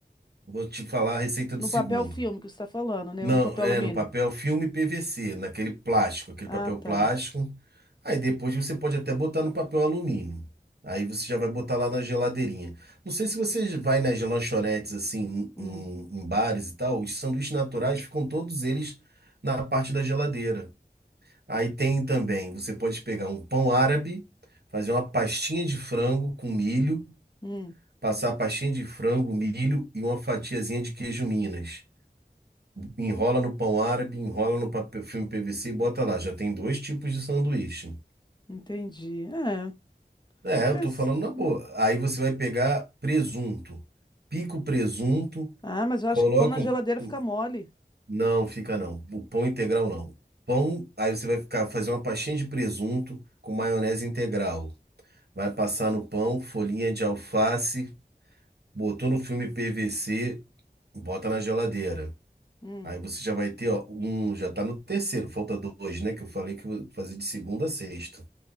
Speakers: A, on the right; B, on the left.
A: Vou te falar a receita
B: No
A: do segundo.
B: papel filme que você está falando, né?
A: Não,
B: Ou no papel
A: é
B: alumínio?
A: no papel filme PVC, naquele plástico, aquele
B: Ah,
A: papel
B: tá.
A: plástico. Aí depois você pode até botar no papel alumínio. Aí você já vai botar lá na geladeirinha. Não sei se você vai nas lanchonetes assim,
B: Hum,
A: em, em bares e tal, os sanduíches naturais ficam todos eles na parte da geladeira. Aí tem também, você pode pegar um pão árabe, fazer uma pastinha de frango com milho,
B: hum,
A: passar a pastinha de frango, milho e uma fatiazinha de queijo Minas. Enrola no pão árabe, enrola no papel, filme PVC e bota lá. Já tem dois tipos de sanduíche.
B: entendi. É,
A: É,
B: pensa.
A: eu tô falando na boa. Aí você vai pegar presunto. Pica o presunto,
B: Ah, mas eu
A: coloca.
B: acho que pão na geladeira
A: um- um,
B: fica mole.
A: Não, fica não. O pão integral não. Pão, aí você vai ficar fazer uma pastinha de presunto com maionese integral. Vai passar no pão, folhinha de alface, botou no filme PVC, bota na geladeira.
B: Hum.
A: Aí você já vai ter, ó, um, já tá no terceiro, falta dois, né? Que eu falei que eu vou fazer de segunda a sexta.